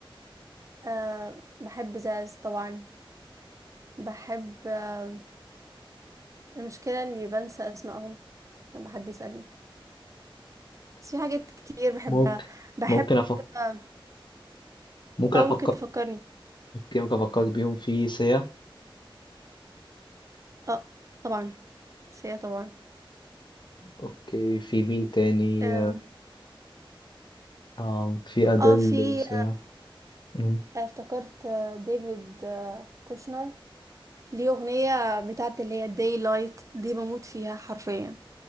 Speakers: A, on the right; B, on the left.
A: أه بحب زاز طبعا بحب أه المشكلة إني بنسى أسمائهم لما حد يسألني بس في حاجات كتير بحبها
B: ممكن
A: بحب
B: ممكن أفكر
A: اه
B: ممكن
A: آه،
B: أفكر
A: ممكن تفكرني
B: أوكي ممكن أفكر بيهم في سيا
A: اه طبعا سيا طبعا
B: أوكي في مين تاني
A: اه
B: آه في أديل
A: آه، في
B: وسيا مم.
A: آه، افتكرت آه، ديفيد آه، كوشنر ليه أغنية بتاعت اللي هي داي لايت دي بموت فيها حرفيا